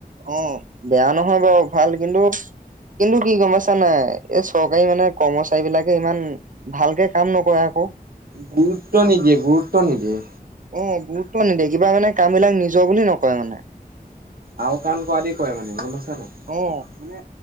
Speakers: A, on the right; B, on the right.
A: অ বেয়া ন'। নহয় বাৰু ভাল কিন্তু। কিন্তু কি গম পাইছা নে নাই এই চৰকাৰী মানে কৰ্মচাৰী বিলাকে ইমান ভালকে কাম নকৰে আকৌ।
B: গুৰুত্ব নিদিয়ে গুৰুত্ব নিদিয়ে।
A: অ গুৰুত্ব নিদিয়ে কিবা মানে কামবিলাক নিজৰ বুলি নকয় মানে।
B: আও কান ক আদি ক মানে। নাই।
A: অ
B: মানে